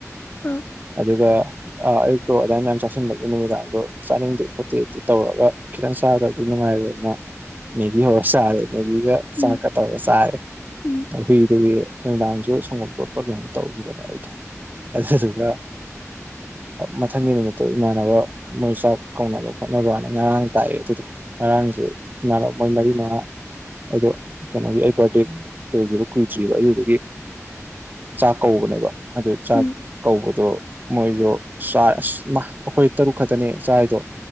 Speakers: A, on the left (about 40°); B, on the right (about 35°).
A: ꯑꯥ
B: ꯑꯗꯨꯒ ꯑ ꯑꯌꯨꯛꯇꯣ ꯑꯗꯨꯗꯥꯏ ꯃꯌꯥꯝ ꯆꯥꯁꯤꯟꯕꯒꯤ ꯅꯨꯃꯤꯗꯥꯡꯗꯣ ꯆꯥꯅꯤꯡꯗꯦ ꯈꯣꯠꯇꯦ ꯑꯗꯨ ꯇꯧꯔꯒ ꯈꯤꯇꯪ ꯆꯥꯗ꯭ꯔꯗꯤ ꯅꯨꯡꯉꯥꯏꯔꯣꯏꯅ ꯃꯦꯒꯤ ꯍꯧꯔ ꯆꯥꯔꯦ ꯃꯦꯔꯤꯒ
A: ꯎꯝ
B: ꯆꯥꯛꯀ ꯇꯧꯔꯒ ꯆꯥꯔꯦ
A: ꯎꯝ
B: ꯍꯨꯏꯗꯨꯒꯤ ꯅꯨꯡꯗꯥꯡꯁꯨ ꯁꯡꯒꯣꯝ ꯇꯣꯠ ꯄꯣꯠ ꯇꯧꯈꯤꯕꯅꯦ ꯑꯩꯗꯣ ꯑꯗꯨꯗꯨꯒ ꯃꯊꯪꯒꯤ ꯅꯨꯃꯤꯠꯇꯣ ꯏꯃꯥꯟꯅꯕ ꯃꯣꯏ ꯆꯥꯛ ꯀꯧꯅꯕ ꯈꯣꯠꯅꯕ ꯍꯥꯏꯅ ꯉꯔꯥꯡ ꯇꯥꯛꯑꯦ ꯑꯗꯨꯗꯣ ꯉꯔꯥꯡꯖꯨ ꯏꯃꯥꯟꯅꯕ ꯃꯣꯏ ꯃꯔꯤ ꯃꯉꯥ ꯑꯩꯗꯣ ꯀꯩꯅꯣꯒꯤ ꯑꯩ ꯕꯥꯔꯗꯦ ꯂꯣꯏꯈꯤꯕ ꯀꯨꯏꯗ꯭ꯔꯤꯕ ꯑꯗꯨꯗꯒꯤ ꯆꯥꯛ ꯀꯧꯕꯅꯦꯕ ꯑꯗꯨ ꯆꯥꯛ
A: ꯎꯝ
B: ꯀꯧꯕ ꯑꯗꯣ ꯃꯣꯏꯗꯣ ꯆ ꯑꯁ ꯑꯩꯈꯣꯏ ꯇꯔꯨꯛ ꯈꯛꯇꯅꯦ ꯆꯥꯏꯗꯣ